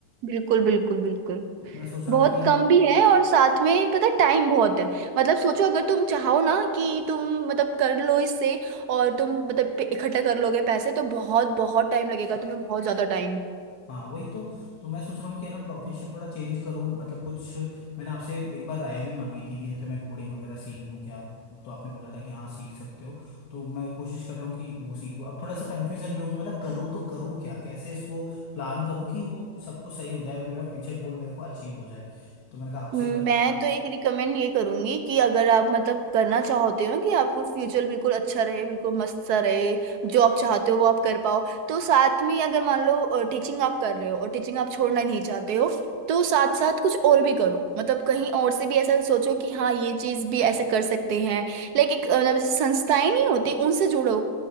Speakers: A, on the right (about 70°); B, on the left (about 75°).
A: बिल्कुल बिल्कुल बिल्कुल
B: तो मैं सोच रहा
A: बहुत
B: हूँ कि
A: कम भी है और साथ में पता टाइम बहुत है मतलब सोचो अगर तुम चाहो ना कि तुम मतलब कर लो इससे और तुम मतलब इकट्ठा कर लोगे पैसे तो बहुत बहुत टाइम लगेगा तुम्हें बहुत ज्यादा टाइम
B: हाँ वही तो तो मैं सोच रहा हूँ कि है ना प्रोफेशन थोड़ा चेंज करूँ मतलब कुछ मैंने आपसे एक बार राय भी मांगी थी कि जैसे मैं कोडिंग वगैरह सीख लूँ क्या तो आपने बोला था कि हाँ सीख सकते हो तो मैं कोशिश कर रहा हूँ कि वो सीख लूँ अब थोड़ा सा कन्फ्यूजन में हूँ कि मतलब करूँ तो करूँ क्या कैसे इसको प्लान करूँ कि वो सब कुछ सही हो जाए और मेरा फ्यूचर गोल मेरे को अचीव हो जाए तो मैंने कहा आपसे
A: मैं
B: एक बार
A: तो एक रिकमेंड ये करूंगी कि अगर आप मतलब करना चाहते हो कि आपको फ्यूचर बिल्कुल अच्छा रहे बिल्कुल मस्त सा रहे जो आप चाहते हो वो आप कर पाओ तो साथ में अगर मान लो टीचिंग आप कर रहे हो और टीचिंग आप छोड़ना नहीं चाहते हो तो साथ साथ कुछ और भी करो मतलब कहीं और से भी ऐसा सोचो कि हाँ ये चीज भी ऐसे कर सकते हैं लाइक एक अ, मतलब जैसे संस्थाएं नहीं होती उनसे जुड़ो